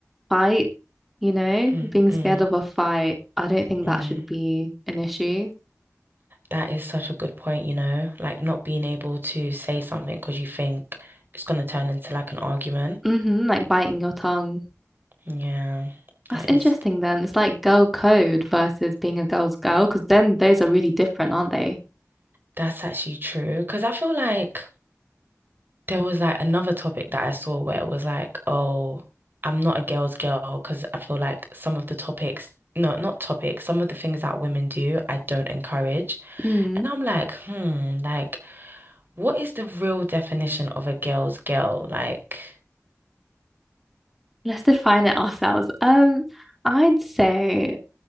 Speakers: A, in the centre; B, on the right.
A: fight, you know,
B: Mm,
A: being
B: mm,
A: scared of a fight. I don't think
B: mm.
A: that should be an issue.
B: That is such a good point, you know, like not being able to say something because you think it's going to turn into like an argument.
A: hmm Like biting your tongue.
B: Yeah,
A: That's
B: that
A: interesting
B: is,
A: then. It's like girl code versus being a girl's girl, because then those are really different, aren't they?
B: that's actually true. Because I feel like there was like another topic that I saw where it was like, oh, I'm not a girl's girl because I feel like some of the topics, no, not topics, some of the things that women do, I don't encourage.
A: Mm.
B: And I'm like, hmm, like, what is the real definition of a girl's girl? Like,
A: Let's define it ourselves. Um, I'd say